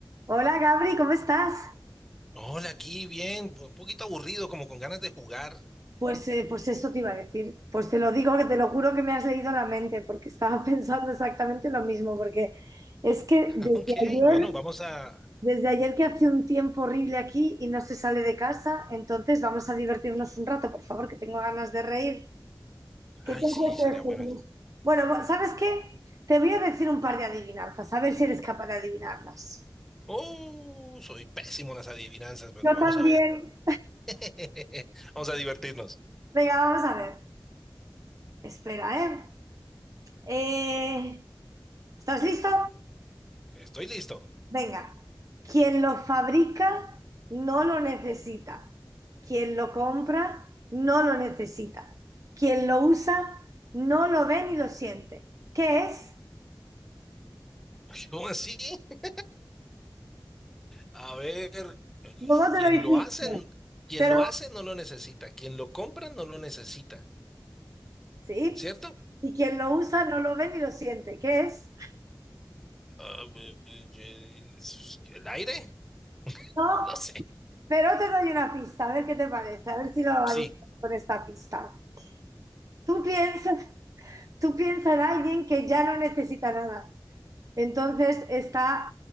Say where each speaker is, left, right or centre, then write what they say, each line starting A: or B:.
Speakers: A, on the right (about 45°); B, in the centre.
A: Hola Gabri, ¿cómo estás?
B: Hola, aquí bien, un poquito aburrido, como con ganas de jugar.
A: Pues, eh, pues eso te iba a decir. Pues te lo digo, que te lo juro que me has leído la mente, porque estaba <laughs> pensando exactamente lo mismo, porque es que
B: <laughs>
A: desde
B: Ok,
A: ayer,
B: bueno, vamos a...
A: desde ayer que hace un tiempo horrible aquí y no se sale de casa, entonces vamos a divertirnos un rato, por favor, que tengo ganas de reír. ¿Qué
B: Ay,
A: te apetece?
B: sí, sería bueno.
A: Bueno, bu- ¿sabes qué? Te voy a decir un par de adivinanzas, a ver si eres capaz de adivinarlas.
B: Oh, soy pésimo en las adivinanzas, pero
A: Yo
B: vamos
A: también.
B: a ver. <laughs> Vamos a divertirnos.
A: Venga, vamos a ver. Espera, ¿eh? Eh, ¿Estás listo?
B: Estoy listo.
A: Venga. Quien lo fabrica no lo necesita. Quien lo compra no lo necesita. Quien lo usa no lo ve ni lo siente. ¿Qué es?
B: ¿Cómo así? <laughs> A ver,
A: ¿Cómo te
B: quien
A: lo hiciste?
B: lo hacen, quien
A: Pero,
B: lo hace no lo necesita, quien lo compra no lo necesita,
A: sí.
B: ¿cierto?
A: Y quien lo usa no lo ve ni lo siente. ¿Qué es?
B: Ah, eh, eh, ¿El aire?
A: No,
B: No sé.
A: pero te doy una pista, a ver qué te parece, a ver si lo adivinas
B: Sí,
A: con esta pista. Tú piensas, tú piensas en alguien que ya no necesita nada. Entonces está